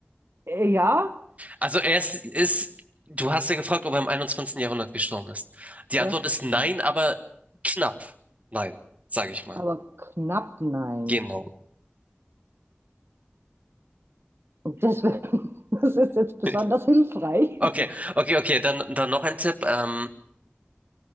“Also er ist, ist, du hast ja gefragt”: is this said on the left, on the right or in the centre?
Right